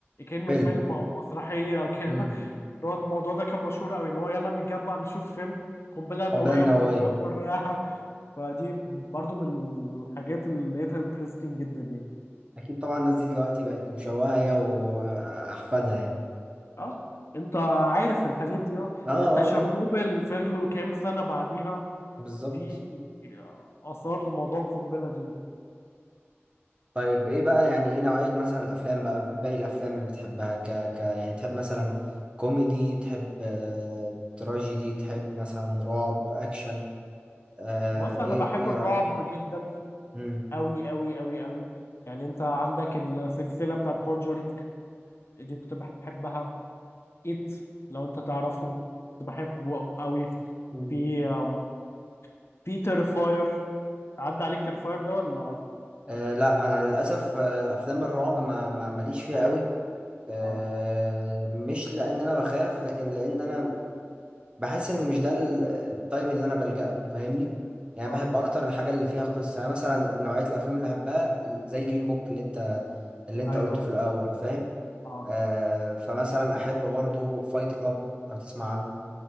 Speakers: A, on the left; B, on the right.
A: كأنه
B: فيلم
A: فيلم او مسرحيه كده
B: امم
A: <laughs> اللي هو الموضوع ده كان مشهور قوي اللي هو يلا نتجمع نشوف فيلم قنبله نوويه
B: قنبلة نووية
A: وبتتفجر <laughs> فدي برضو من الحاجات اللي لقيتها انترستنج جدا يعني
B: أكيد طبعا الناس دي دلوقتي بقت مشوهة هي وأحفادها يعني
A: اه انت عارف الحاجات دي اه
B: اه اه
A: يعني انت شرنوبل
B: اه
A: فضلوا كام سنه بعديها
B: بالظبط
A: في اثار الموضوع القنبله دي
B: طيب ايه بقى يعني ايه نوعية مثلا الأفلام بقى باقي الأفلام اللي بتحبها ك... ك... يعني بتحب مثلا كوميدي بتحب آه... تراجيدي تحب مثلا رعب أكشن آه...
A: بص
B: ايه
A: انا بحب
B: ايه
A: الرعب
B: رأيك؟
A: جدا
B: امم
A: أوي أوي أوي أوي يعني أنت عندك السلسلة بتاعت كونجرينج دي كنت بحبها إت لو أنت تعرفه كنت بحبه أوي
B: امم
A: في آم، في تيرفاير عدى عليك تيرفاير ده ولا
B: أه لا انا للاسف آه، افلام الرعب ما ما ماليش فيها قوي أه
A: اه
B: مش لان انا بخاف لكن لان انا بحس ان مش ده ال- الطيب اللي انا بلجأ له فاهمني يعني
A: اه
B: بحب اكتر الحاجه اللي فيها قصه يعني مثلا نوعيه الافلام اللي بحبها ال- زي جرين بوك اللي انت اللي انت
A: ايوه
B: قلته في الاول فاهم
A: اه
B: أه فمثلا احب برضو فايت كلاب لو تسمع عنه